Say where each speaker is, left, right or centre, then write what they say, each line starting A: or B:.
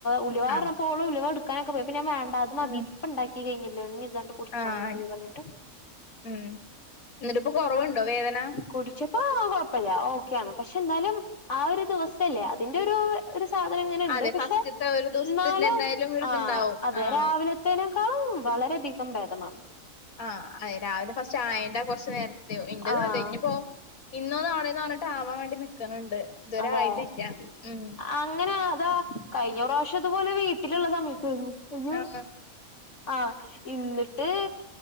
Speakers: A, on the left; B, on the left.
A: ഉലുവ
B: ആഹ്
A: പറഞ്ഞപ്പോൾ ഉലുവ എട് ക്കാനൊക്കെ പോയി പിന്നെ വേണ്ട ഇത് മതി
B: ഉം
A: ഇപ്പ ഉണ്ടാക്കി കഴിഞ്ഞല്ലോ ഇനി ഇതാണ്ട് കുടിച്ചൽ
B: ആഹ്
A: മതി പറഞ്ഞ്
B: ഉം എന്നിട്ട് പ്പൊ കൊറവുണ്ടോ വേദന
A: കുടിച്ചപ്പോ കുഴപ്പല്ല ഓക്കെയണ് പക്ഷെ എന്നാലും ആ ഒരു ദിവസല്ലേ അതിന്റെ ഒരു ഒരു സാധനം ഇങ്ങനെണ്ട്
B: അതെ
A: പക്ഷെ
B: ഫസ്റ്റ്ത്തെ ഒരു ദിവസത്തിന്റെ
A: എന്നാലും
B: എന്തായാലും ഒരിതുണ്ടാവും
A: ആ അതെ
B: ആഹ്
A: രാവിലെ തേനെക്കാളും വളരെയധികം ഭേദമാണ്
B: ആഹ് രാവിലെ ഫസ്റ്റ് ചായത്തെ കൊറച്ച് നേരത്തേ ഇന്റെ
A: ആഹ്
B: ത് കഴിഞ്ഞ് പോ ഇന്നോ നാളെന്ന് പറഞ്ഞിട്ട് ആവാൻ വേണ്ടി നിക്ക്ണ് ണ്ട് ഇതുവരെ
A: അതെ
B: ആയിട്ടില്ല ഉം
A: അങ്ങനെ അതാ കഴിഞ്ഞ പ്രാവശ്യം അപോലെ വീട്ടിലുള്ള സമയത്തേന്നു അയ്യോ
B: ആഹ്
A: ആഹ് ഇന്നിട്ട്